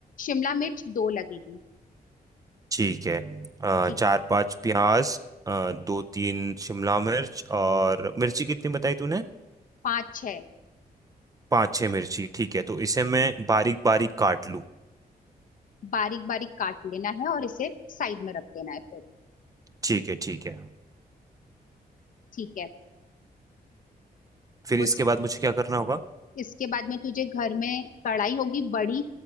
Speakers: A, on the left; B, on the right.
A: शिमला मिर्च दो लगेगी
B: ठीक है अ,
A: ठीक
B: चार पाँच प्याज अ, दो तीन शिमला मिर्च और मिर्ची कितनी बताई तूने
A: पांच छह
B: पाँच छः मिर्ची ठीक है तो इसे मैं बारीक बारीक काट लूँ
A: बारीक बारीक काट लेना है और इसे साइड में रख देना है फिर
B: ठीक है ठीक है
A: ठीक है
B: फिर
A: उस
B: इसके बाद मुझे क्या करना होगा
A: इसके बाद में तुझे घर में कढ़ाई होगी बड़ी